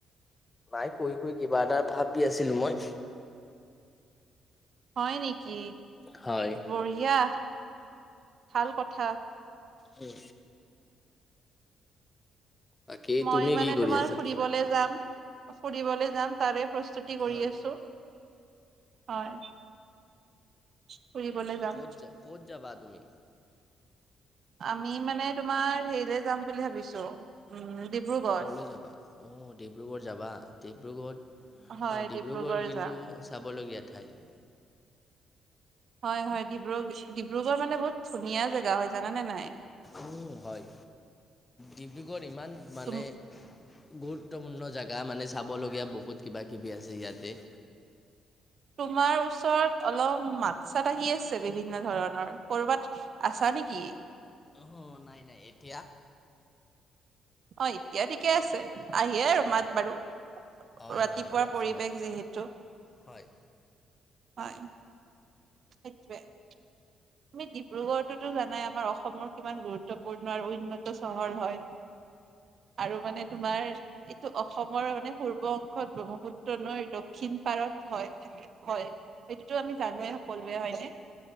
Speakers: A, on the left; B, on the right.
A: নাই শুই শুই কিবা এটা ভাবি আছিলো মই
B: হয় নেকি
A: হয়
B: বঢ়িয়া ভাল কথা
A: উম বাকী
B: মই
A: তুমি
B: মানে
A: কি কৰি
B: তোমাৰ
A: আছা
B: ফুৰিবলে যাম। ফুৰিবলৈ যাম তাৰে প্ৰস্তুতি কৰি
A: হয়
B: আছো হয় ফুৰিবলে যাম।
A: ক'ত যাব ক'ত যাবা তুমি
B: আমি মানে তোমাৰ হেৰিলে যাম বুলি ভাবিছো উম ডিব্ৰুগড়।
A: ক'লৈ যাবা অ ডিব্ৰুগড় যাবা ডিব্ৰুগড়
B: হয়
A: অ ডিব্ৰুগড় কিন্তু
B: যাম।
A: চাবলগীয়া ঠাই
B: হয় হয় ডিব্ৰুগ ডিব্ৰুগড় মানে বহুত ধুনীয়া জেগা হয় জানানে নাই
A: উম হয় ডিব্ৰুগড় ইমান মানে
B: তুম
A: গুৰুত্বপূৰ্ণ জেগা মানে চাবলগীয়া বহুত কিবা কিবি আছে ইয়াতে
B: তোমাৰ ওচৰত অলপ মাত চাত আহি আছে বিভিন্ন ধৰণৰ কৰ'বাত আছা নি কি
A: অহ নাই নাই এতিয়া
B: অ এতিয়া ঠিকে আছে আহিয়ে আৰু মাত
A: অ'কে
B: বাৰু
A: হয়
B: ৰাতিপুৱাৰ
A: হয় অলপ
B: পৰিৱেশ
A: চলপ
B: যিহেতু
A: হয়
B: হয় সেইটোৱে তুমি ডিব্ৰুগড় তো জানাই আমাৰ অসমৰ কিমান গুৰুত্বপূৰ্ণ আৰু উন্নত চহৰ হয় আৰু মানে তোমাৰ এইটো অসমৰ মানে পূৰ্ব অংশত ব্ৰহ্মপুত্ৰ নৈৰ দক্ষিণ পাৰত হয় হয় সেইটোতো আমি জানোৱে সকলোৱে হয় ন